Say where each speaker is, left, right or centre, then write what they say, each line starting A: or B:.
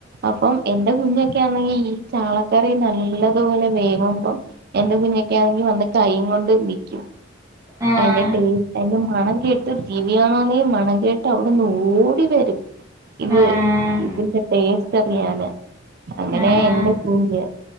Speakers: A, on the right (about 55°); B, on the right (about 15°).
A: അപ്പം എന്റെ കുഞ്ഞൊക്കെ ആണെങ്കി ഈ ചാളക്കറി നല്ലതുപോലെ വേകുമ്പം എന്റെ കുഞ്ഞക്കെണെങ്കി വന്ന് കൈയും കൊണ്ട് നിക്കും
B: ആഹ്
A: അതിന്റെ ടേസ്റ്റ് അതിന്റെ മണം കേട്ട് ടി വി കാണുവാണെ മണം കേട്ട് അവിടെന്ന് ഓടി വരും ഇത്
B: ആഹ്
A: ഇതിന്റെ ടേസ്റ്റ് അറിയാന് അങ്ങനെയാ
B: ആഹ് ആഹ്
A: എന്റെ കുഞ്ഞ്